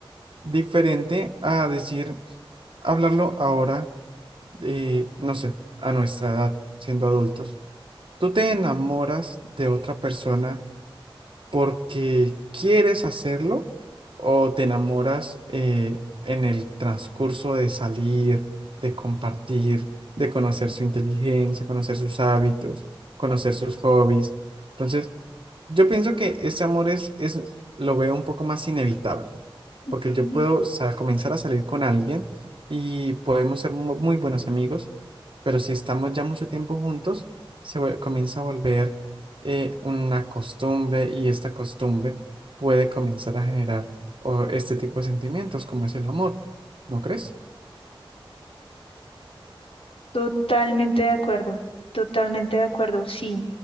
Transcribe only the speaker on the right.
Diferente a decir, hablarlo ahora, eh, no sé, a nuestra edad, siendo adultos. Tú te enamoras de otra persona porque quieres hacerlo o te enamoras eh, en el transcurso de salir, de compartir, de conocer su inteligencia, conocer sus hábitos, conocer sus hobbies. Entonces, yo pienso que ese amor es, es lo veo un poco más inevitable,
porque yo puedo sa- comenzar a salir con alguien y podemos ser mu- muy buenos amigos, pero si estamos ya mucho tiempo juntos, se vue- comienza a volver eh, una costumbre y esta costumbre puede comenzar a generar o, este tipo de sentimientos como es el amor, ¿no crees?